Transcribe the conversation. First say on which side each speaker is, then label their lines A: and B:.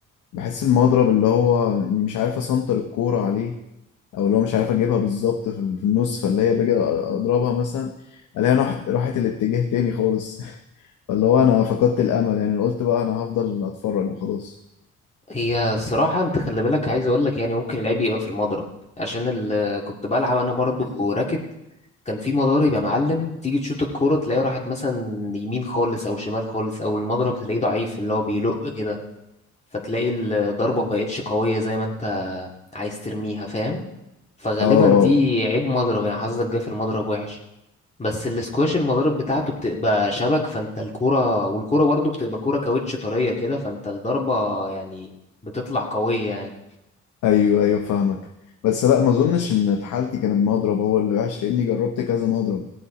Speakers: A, on the left; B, on the left.
A: بحس المضرب اللي هو اني مش عارف اسنطر الكورة عليه او اللي هو مش عارف اجيبها بالظبط في في النص فاللي هي باجي اضربها مثلا الاقيها راحت راحت الاتجاه تاني خالص <laughs> فاللي هو انا فقدت الامل يعني قلت بقى انا هفضل اتفرج وخلاص
B: هي صراحة انت خلي بالك عايز اقول لك يعني ممكن العيب يبقى في المضرب عشان ال... كنت بلعب انا برضو راكت كان في مضارب يا معلم تيجي تشوط الكورة تلاقيها راحت مثلا يمين خالص او شمال خالص او المضرب تلاقيه ضعيف اللي هو بيلق كده فتلاقي الضربة ما بقتش قوية زي ما انت عايز ترميها فاهم فغالبا
A: اه
B: دي عيب مضرب يعني حظك جه في المضرب وحش بس الاسكواش المضارب بتاعته بتبقى شبك فانت الكرة والكرة برضو بتبقى كرة كاوتش طرية كده فانت الضربة يعني بتطلع قوية يعني
A: ايوه ايوه فاهمك بس لا ما اظنش ان في حالتي كان المضرب هو اللي وحش لاني جربت كذا مضرب